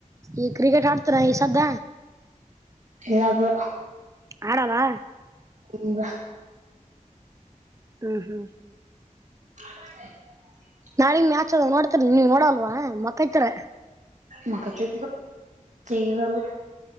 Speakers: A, on the right (about 25°); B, on the right (about 65°).
A: ಈ ಕ್ರಿಕೆಟ್ ಆಡ್ತನ ಈ ಸದ್ದ
B: ಇಲ್ಲ ಬ್ರೋ
A: ಆಡನಾ
B: ಹ್ರ
A: ಹ್ಮ್ ಹ್ಮ್ ಹ್ಮ್
B: <unintelligible>
A: ನಾಳಿಗೆ ಮ್ಯಾಚ್ ನೋಡ್ತರಿ ನೀವ್ ನೋಡಲ್ವ ಮಕ್ಕತಿರ್
B: ಮಕ್ಕ <inaudible>